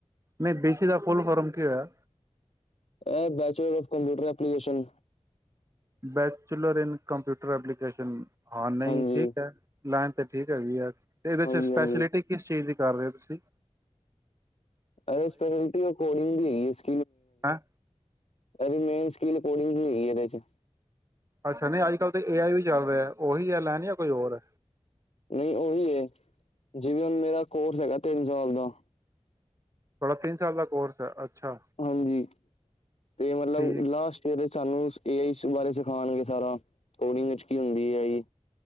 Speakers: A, on the right; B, on the left.
A: ਨਹੀਂ ਬੀ ਸੀ ਅ ਦਾ ਫੁੱਲ ਫਰਮ ਕੀ ਹੋਇਆ?
B: ਇਹ bachelor of computer application
A: bachelor in computer application. ਹਾਂ ਨਹੀਂ
B: ਹਾਂਜੀ
A: ਠੀਕ ਹੈ ਲਾਈਨ ਤਾਂ ਠੀਕ ਹੈਗੀ ਯਾਰ ਤੇ ਇਹਦੇ
B: ਹਾਂਜੀ
A: ਚ ਸਪੈਸ਼ਿਲਿਟੀ
B: ਹਾਂਜੀ
A: ਕਿਸ ਚੀਜ਼ ਦੀ? ਕਰ ਰਹੇ ਤੁਸੀਂ
B: ਐ ਪੈਨਲਟੀ ਕੋਿੰਦੀ <inaudible>
A: ਹੈਂ।
B: ਇਹਦੀ ਮੇਨ ਸਕੀਲ ਕੋਰਡਿੰਗ ਹੀਂ ਇਹਦੇ ਚ
A: ਅੱਛਾ ਨਹੀਂ ਅੱਜ ਕੱਲ੍ਹ ਤਾਂ ਏ ਆਈ ਵੀ ਚੱਲ ਰਿਹਾ ਉਹੀ ਹੈ ਲੈਣ ਜਾਂ ਕੋਈ ਹੋਰ?
B: ਨਹੀਂ ਉਹੀ ਏ ਜਿਵੇਂ ਹੁਣ ਮੇਰਾ ਕੋਰਸ ਹੈਗਾ ਤਿੰਨ ਸਾਲ ਦਾ।
A: ਤਿੰਨ ਸਾਲ ਦਾ ਕੋਰਸ ਹੈ। ਅੱਛਾ
B: ਹਾਂਜੀ ਤੇ ਮਤਲਬ
A: ਠੀਕ
B: ਲਾਸਟ ਈਅਰ ਸਾਨੂੰ ਏ ਆਈ ਬਾਰੇ ਸਿਖਾਉਣਗੇ ਸਾਰਾ ਕੋਡਿੰਗ ਵਿੱਚ ਹੁੰਦੀ ਆਈ